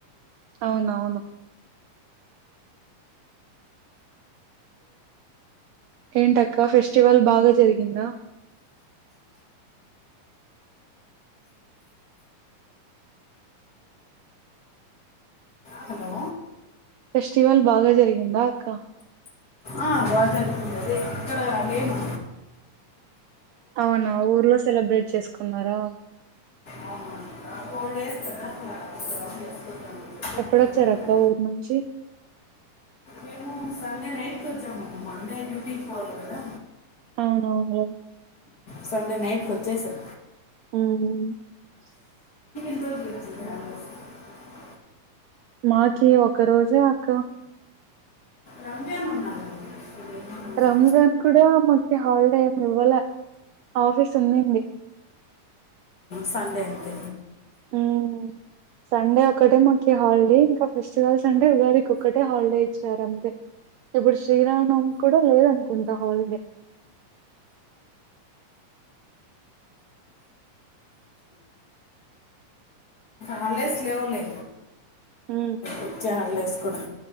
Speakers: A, on the right; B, on the left.
A: అవునవును ఏంటక్క ఫెస్టివల్ బాగా జరిగిందా
B: హలో
A: ఫెస్టివల్ బాగా జరిగిందా అక్కా
B: ఆ బా జరుగుతుంది అదే ఇక్కడ మేము
A: అవునా ఊర్లో సెలబ్రేట్ చేస్కున్నరా
B: ఆ, ఫోర్ డేస్ కదా అట్లా గ్రౌండ్ చేసుకుంటామని చెప్పి అట్లే
A: ఎప్పుడొచ్చార్
B: ఉంటుంది.
A: అక్క ఊర్ నుంచి
B: మేము సండే నైట్ కొచ్చాము మండే డ్యూటీకి పోవాల కదా
A: అవునవున్లే
B: సండే నైట్ కొచ్చేసాం
A: మ్
B: <inaudible>
A: మాకి ఒక రోజే అక్క
B: రంజాన్ ఉన్నారు కదా మీకు. రంజాన్ ఉన్నారు.
A: రంజాన్ కూడా మాకి హాలిడే ఏం ఇవ్వాల ఆఫీస్ ఉన్నింది
B: సండే అంతే
A: మ్ సండే ఒకటే మాకి హాలిడే ఇంకా ఫెస్టివల్ సండే ఉగాదికి ఒక్కటే హాలిడే ఇచ్చార్ అంతే ఇప్పుడు శ్రీరామనవమి కూడా లేదనుకుంటా హాలిడే
B: హాల్డేస్ లేవు లే
A: మ్
B: వచ్చే హాల్డేస్ కూడా